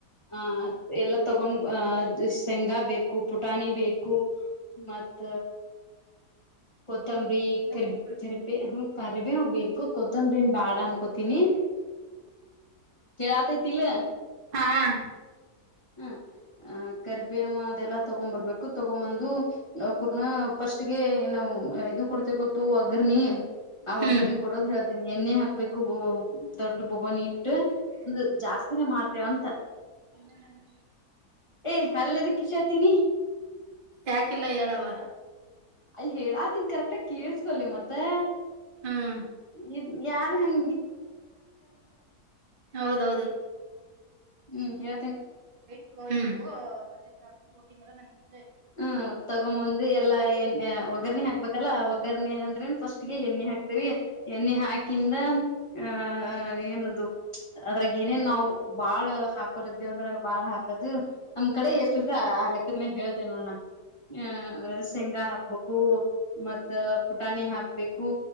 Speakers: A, on the left (about 30°); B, on the right (about 40°).
A: ಹಾ ಎಲ್ಲ ತಗೊಂಡ್ ಅ ಶೇಂಗಾಬೇಕು ಪುಟಾಣಿ ಬೇಕು ಮತ್ತ ಕೊತ್ತಂಬರಿ ಕರಿಬ
B: ಅಷ್ಟು
A: ಕರಿಬಿ ಹ ಕರಿಬಿ ಬು ಕೊತ್ತಂಬ್ರನ್ ಬಾಡ ಅನ್ಕೋತೀನಿ ಕೇಳಾತೈತಿಲ್ಲ
B: ಹಾ
A: ಹಾ ಆ ಕರಿಬೇವ ಅದೆಲ್ಲಾ ತಗೊ್ ಬರ್ಬೇಕು ತಗೊಂಬಂದು ಕುೂರ್ನ ಫಸ್ಟ್ಗೆಏ ಕರಿಬೇವು ಅದನ ತಕ್ಕೊಂಡು ನಾವವು ಇದು ಕೊಡ್ತೆೇವ ಗೊತ್ತು ಕರಿಬೇವು ಎಲ್ಲ ತಗೊಂಡು ಬರಬೇಕು ನಾವು ಇದು ಕೊಡ್ತೀನಿ ಅದು ಒಗ್ಗರ್ನಿ ಆ
B: ಹ್ಮ್
A: ಒಗ್ಗರ್ನಿ ಕೊಡೋದು ಹೇಳ್ತೇನಿ ಎಣ್ಣೆ ಹಾಕ್ಬೇಕು ದೊಡ್ಡ್ ಬೊಗನಿ ಇಟ್ಟ ಅಂದ್ರ ಜಾಸ್ತಿನೇ ಮಾಡ್ತೇವಂತ
B: ೆ <inaudible>
A: ಈ ಹಲ್ ಎದಕ್ಕೆ ಕಿಸಾಕ್ತಿನಿ
B: ಯಾಕಿಲ್ಲ ಹೇಳವ
A: ಅಯ ಹೇಳಾತನ್ ಕರೆಕ್ಟಗ ಕೇಳ್ಸ್ಕೊಲ್ಲಿ ಮತ್ತೆ
B: ಹ್ಮ್
A: ಇ ಯಾರ್ ಹೆಂಗ
B: ಹೌದೌದು
A: ಹ್ಮ್ ಇವ
B: ವೈ ಬ್ಲೌಸ್ ಮತ್ತೆ ಾಕ್ಿ <unintelligible> ತಿಂಗಳ ನಂಗೆ
A: ಹ್ಮ್ ತಗೊಂಬಂದ ಎಲ್ಲಾ ಏ ಒಗ್ಗರ್ರಣಿ ಹಾಕ್ಬೇಕಲ್ಲ ಒಗ್ಗರ್ರಣಿ ಅಂದ್ರೇನ್ ಫಸ್ಟ್ಗೆ ಎಣ್ಣೆ ಹಾಕ್ತೇವಿ ಎಣ್ಣೆ ಹಾಕಿಂದ ಆಹ ಏನ ಅದ್ರಾಗ ಏನೇನ್ ನಾವು ಬಾಳ್ ಹಾಕೋರದೇವ ಅಂದ್ರ ಬಾಳ ಹಾಕದು ನಮ್ ಕಡೆ ಎಷ್ಟು ಇರ್ತ ಆ ಲೆಕ್ಕದ ಮೇ ಹೇಳ ನೋಣ ಆ ಶೇಂಗಾ ಹಾಕ್ಬೇಕು ಮತ್ತ ಪುಟಾಣಿ ಹಾಕ್ಬೇಕು